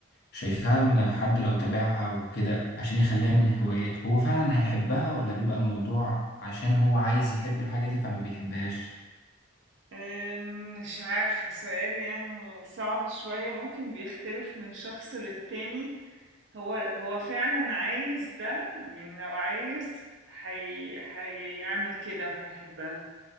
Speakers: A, on the left; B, on the right.
A: شايفاها ان حد لو تابعها وكده عشان يخليها من هواياته هو فعلا هيحبها ولا بيبقى الموضوع عشان هو عايز يحب الحاجة دي فما بيحبهاش
B: آمم، مش عارفة سؤال يعني صعب شوية ممكن بيختلف من شخص للتاني هو هو فعلا عايز ده يعني لو عايز حي... هيعمل كده وهيحبها